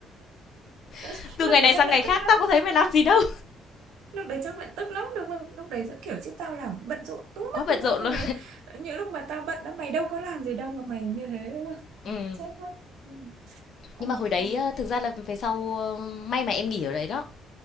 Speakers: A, on the right; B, on the left.
A: <laughs>
B: <laughs> từ
A: lúc
B: ngày
A: đấy
B: này sang
A: chắc vẫn
B: ngày khác
A: tức lắm
B: tao có thấy mày làm gì đâu
A: lúc đấy chắc vẫn tức lắm đúng không lúc đấy sẽ kiểu chứ tao làm bận rộn túi
B: quá
A: mất
B: bận
A: túi mũi
B: rộn
A: như
B: luôn
A: thế những lúc mà tao bận đó mày đâu có làm gì đâu mà mày như thế đúng không
B: <laughs> ừ.
A: chết mất ừ. ôi
B: nhưng mà hồi đấy
A: ôi
B: ờ, thực ra là về sau ờ, may mà em nghỉ ở đấy đó